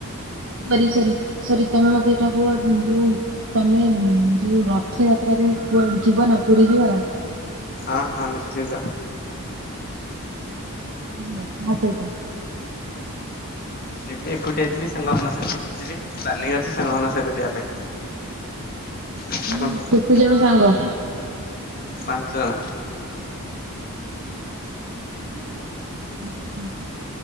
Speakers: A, on the right (about 60°); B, on the left (about 40°).
A: ସରି ସରି ସରି, ତମେ ମତେ ଏଇଟା କୁୁହ ଯୋଉ ତମେ ଯୋଉ ରଥଯାତ୍ରାରେ କୁଆଡେ ଯିବ ନା, ପୁରୀ ଯିବ ନା?
B: ହଁ ହଁ ନିଶ୍ଚିନ୍ତ।
A: କାହା ସହିତ।
B: ଯିବି ଏକୁଟିଆ ଯିବି ସାଙ୍ଗମାନ ସହିତ ଯିବି ପ୍ଲାନିଙ୍ଗ ଅଛି ସାଙ୍ଗମାନଙ୍କ ସହିତ ଯିବା ପାଇଁ। ଦେଖିଆ
A: ହୁଁ,
B: କଣ ହଉଛି।
A: କେତେ ଜଣ ସାଙ୍ଗ?
B: ପାଞ୍ଚ ଜଣ।
A: ହୁଁ।